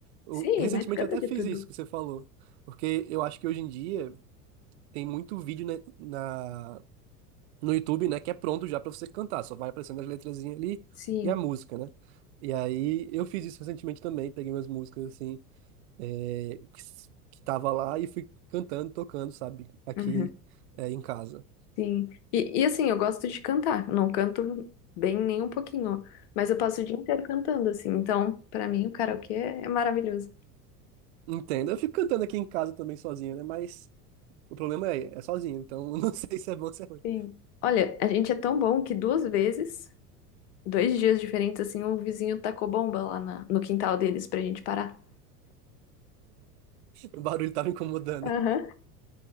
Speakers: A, on the right (about 45°); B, on the left (about 45°).
A: Eu-
B: Sim,
A: recentemente
B: nós canta
A: eu até
B: de
A: fiz
B: tudo.
A: isso que você falou, porque eu acho que hoje em dia tem muito vídeo, né, na, no YouTube, né, que é pronto já pra você cantar, só vai aparecendo as letrazinhas ali
B: Sim.
A: e a música, né? E aí eu fiz isso recentemente também, peguei umas músicas assim, é, que, s- que tava lá e fui cantando, tocando, sabe, aqui
B: Uhum.
A: é, em casa.
B: Sim. E, e assim, eu gosto de cantar. Eu Não canto bem nem um pouquinho, mas eu passo o dia inteiro cantando, assim. Então, pra mim, o karaokê é maravilhoso.
A: Entendo. Eu fico cantando aqui em casa também sozinho, né? Mas o problema é, é sozinho, então eu não <laughs> sei se é bom ou se é ruim.
B: Sim. Olha, a gente é tão bom que duas vezes, dois dias diferentes, assim, o vizinho tacou bomba lá na- no quintal deles pra gente parar.
A: O barulho tava incomodando,
B: Aham.